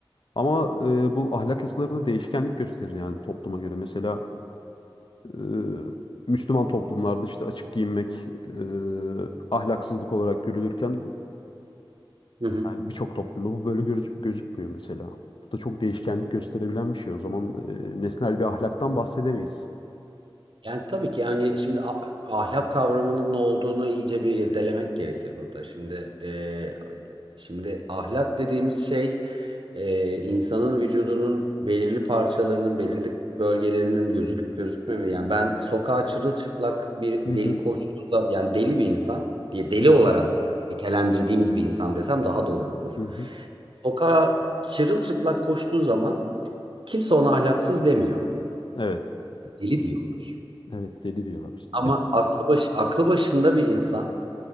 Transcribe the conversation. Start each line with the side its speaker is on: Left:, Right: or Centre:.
Left: Ama e, bu ahlak yasaları da değişkenlik gösterir yani topluma göre. Mesela e, Müslüman toplumlarda işte açık giyinmek e, ahlaksızlık olarak görülürken
Right: Hı hı.
Left: yani birçok toplumda bu böyle göz- gözükmüyor mesela. Bu da çok değişkenlik gösterebilen bir şey. O zaman e, nesnel bir ahlaktan bahsedemeyiz.
Right: Yani tabii ki yani şimdi a- ahlak kavramının ne olduğunu iyice bir irdelemek gerekir burada. Şimdi e, şimdi ahlak dediğimiz şey e, insanın vücudunun belirli parçalarının belirli bölgelerinin gözüküp gözükmemesi. Yani ben sokağa çırılçıplak bir
Left: Hı
Right: deli
Left: hı,
Right: koştuğu zaman yani deli bir insan diye deli
Left: hı hı,
Right: olarak nitelendirdiğimiz bir insan desem daha doğru olur.
Left: hı hı.
Right: sokağa çırılçıplak koştuğu zaman kimse ona ahlaksız demiyor.
Left: Evet,
Right: Deli diyorlar.
Left: evet deli diyorlar.
Right: Ama aklı, baş, aklı başında bir insan